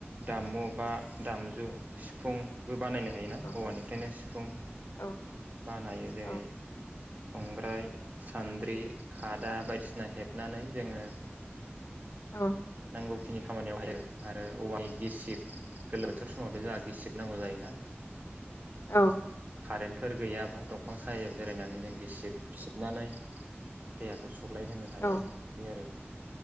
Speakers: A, on the right; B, on the left.
A: दामुं बा दामजु सिफुंबो बानाय थायोना
B: औ
A: औवानिफ्रायनो सिफुं
B: औ
A: बानायो जेरै
B: औ
A: संग्राय सान्द्रि खादा बायदिसि सिना हेबनानै जोङो
B: औ
A: नांगौखिनि खामानियाव हायो आरो औवानि गिसिब गोलोम बोथोर समावथ' जोंहा गिसिब सिबनांगौ जायोना?
B: औ
A: ओमफ्राय कारेन्टफोर गैया बा दंफां साहायाव जिरायनानै जों गिसिब सिबनानै देहाखौ सुग्लाय होनो हायो
B: औ
A: बे आरो